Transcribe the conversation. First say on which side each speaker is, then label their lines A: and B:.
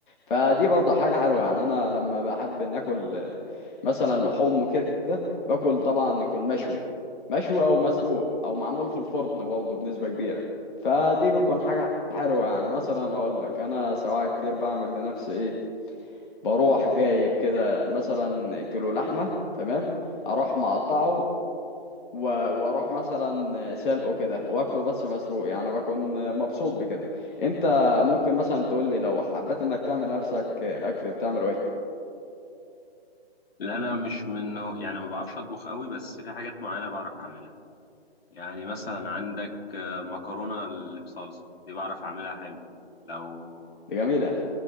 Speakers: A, on the left; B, on the left.
A: فدي برضه حاجة حلوة يعني أنا لما بحب إن آكل آه، مثلا لحوم وكده باكل طبعا يكون مشوي مشوي أو مسلوق أو معمول في الفرن برضه بنسبة كبيرة فدي بتكون حاجة حلوة يعني مثلا هقول لك أنا سواء كتير بعمل لنفسي إيه بروح جايب كده مثلا كيلو لحمة تمام أروح مقطعه و- واروح مثلا سلقه كده واكله بس مسلوق يعني بكون مبسوط بكده انت ممكن مثلا تقول لي لو حبيت انك تعمل نفسك اكل بتعمله ايه
B: لا أنا مش منه يعني ما بعرفش أطبخ قوي بس في حاجات معينة بعرف أعملها يعني مثلا عندك آه، مكرونة اللي بصلصة دي بعرف أعملها حلو لو
A: دي جميلة